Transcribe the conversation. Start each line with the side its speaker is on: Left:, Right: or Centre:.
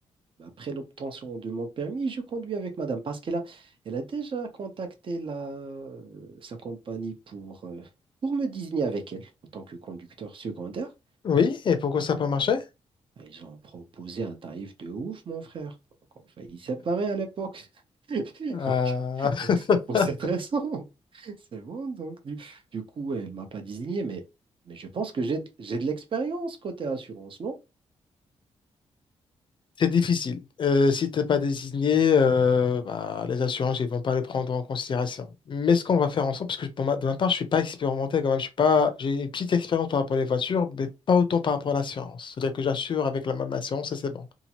Right: Bah, Après l'obtention de mon permis, je conduis avec madame parce qu'elle a, elle a déjà contacté la, euh, sa compagnie pour, euh, pour me désigner avec elle en tant que conducteur secondaire.
Left: Oui, et pourquoi ça n'a pas
Right: Ouais.
Left: marché?
Right: Ils ont proposé un tarif de ouf, mon frère. Donc, on faillit séparer à l'époque. <laughs> Donc,
Left: Ah.
Right: donc c'est pour
Left: <laughs>
Right: cette raison. <laughs> C'est bon. Donc, du, du coup, elle ne m'a pas désigné, mais, mais je pense que j'ai, j'ai de l'expérience côté assurance, non
Left: C'est difficile. Euh, si t'es pas désigné, euh, bah, les assurances, ils vont pas le prendre en considération. Mais ce qu'on va faire ensemble, parce que pour ma, de ma part, je suis pas expérimenté quand même. Je suis pas, j'ai une petite expérience par rapport aux voitures, mais pas autant par rapport à l'assurance. C'est-à-dire que j'assure avec la même assurance et c'est bon.